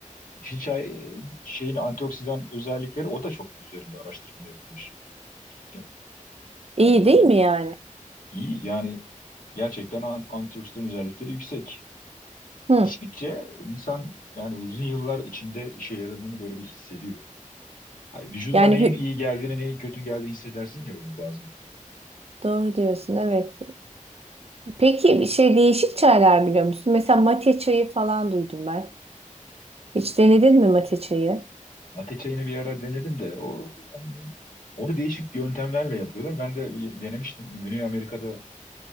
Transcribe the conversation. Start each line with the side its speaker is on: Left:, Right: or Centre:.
Left: Yeşil çay e, şeyin antioksidan özellikleri o da çok üzerinde araştırma yapılmış. Ki Ben
Right: İyi
Left: de ona
Right: değil mi yani?
Left: iyi yani gerçekten an- antioksidan özellikleri yüksek.
Right: Hı.
Left: İçtikçe insan yani uzun yıllar içinde işe yaradığını böyle bir hissediyor. Hani vücuduna
Right: Yani
Left: neyin
Right: hü-
Left: iyi geldiğini, neyin kötü geldiğini hissedersin ya böyle bazen.
Right: doğru diyorsun evet. Peki bir şey değişik çaylar biliyor musun? Mesela mate çayı falan duydum ben. Hiç denedin mi mate çayı?
Left: Mate çayını bir ara denedim de o yani onu değişik yöntemlerle yapıyorlar. Ben de bir denemiştim. Güney Amerika'da